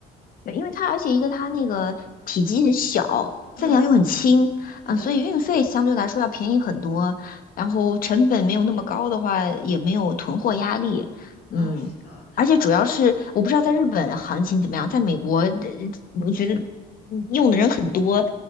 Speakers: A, on the left; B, on the left.
A: 对，因为它而且一个它那个体积很小，
B: 嗯，
A: 分量又很轻，
B: 是的，
A: 嗯，所以运费相对来说要便宜很多，然后成本没有那么高的话，也没有囤货压力，嗯，
B: 啊，是的，
A: 而且主要是我不知道在日本行情怎么样，在美国，呃我觉得嗯用的人很多，